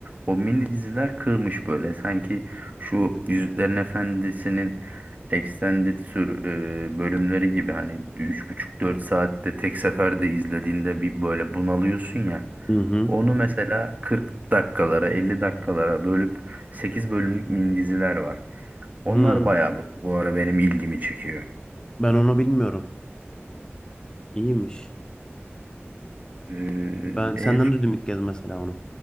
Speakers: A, on the right (about 35°); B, on the left (about 20°).
A: o mini diziler kırmış böyle. Sanki şu Yüzüklerin Efendisi'nin extended sür e, bölümleri gibi hani üç buçuk dört saatte tek seferde izlediğinde bir böyle bunalıyorsun ya.
B: Hı hı.
A: Onu mesela 40 dakikalara, 50 dakikalara bölüp 8 bölümlük mini diziler var. Onlar
B: Hı.
A: bayağı bu bu ara benim ilgimi çekiyor.
B: Ben onu bilmiyorum. İyiymiş.
A: Ee,
B: Ben
A: en
B: senden duydum ilk kez mesela onu.